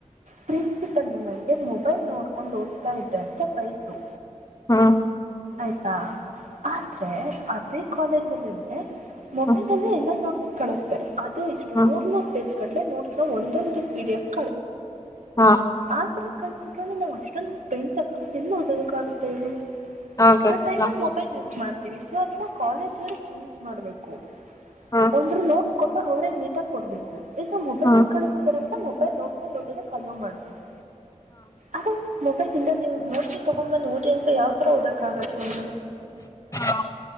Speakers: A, on the right; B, on the left.
A: ಪ್ರಿನ್ಸಿಪಲ್ ನಂಗೆ ಮೊಬೈಲ್ ನೋಡ್ಕೊಂಡು ಓದ್ತಾ ಇದ್ದ ಅಂತ ಬೈದ್ರು
B: ಹಾ
A: ಆಯ್ತಾ ಆದ್ರೆ ಅ ಕಾಲಜಲ್ಲನೆ ಮೊಬೈಲ್
B: ಹ್ಮ್
A: ಅಲ್ಲ ಎಲ್ಲ ನೋಡಸ್ ಕಳಸ್ತಾರೆ ಇದು ಇಷ್ಟು
B: ಹ್ಮ್
A: ನೋಡ್ ನೂರ್ ಮೂವತ್ತ್ ಪೇಜ್ ಕಟ್ಲೆ ನೋಟ್ಸ್ ನ ಒಂದೊಂದು ಪಿಡಿಎಫ್
B: ಹಾ
A: ಆದ್ರ ಕನ್ಸಟ್ಕೊಂಡ್ರೆ ನಾವ್ ಅಷ್ಟೊಂದು ಪ್ರಿಂಟ್ ತಕ್ಸ್ಕೊಂಡು ಇಲ್ಲ ಓದೋದಕ್ಕ ಆಗುತ್ತೆ ಹೇಳಿ
B: ಆಗದಿಲ್ಲ
A: ಆ ಟೈಮ್ ಅಲ್ಲಿ ಮೊಬೈಲ್ ಯೂಸ್ ಮಾಡ್ತೀವಿ ಸೊ ಅದವಾ ಕಾಲೇಜ್ ಅವರು ಚೇಂಜ್ ಮಾಡ್ಬೇಕು
B: ಹ್ಮ್
A: ಒಂದರು ನೋಟ್ಸ್ ಕೊಟ್ಟ ಅವರೇ ನೀಟಾಗಿ ಕೊಡ್ಬೇಕು ಈ ಮೊಬೈಲಲ್ಲಿ
B: ಹ್ಮ್
A: ಕಳಿಸ್ತಿದಿದ್ದಾರೆ ಮೊಬೈಲ್ ನೋಡ್ಕೊಂಡ್ ಓದುವುದಕ್ಕೆ ಹಲೋ ಮಾಡಬೇಕು ಅದೇ ಮೊಬೈಲ್ ಇಂದ ನೀವು ನೋಡ್ಸ ತೊಗೊಂಡ್ಂದ್ ಓದಿ ಅಂದ್ರೆ ಯಾವ ತರ ಆಗುತ್ತೆ ಹೇಳು
B: ಹಾ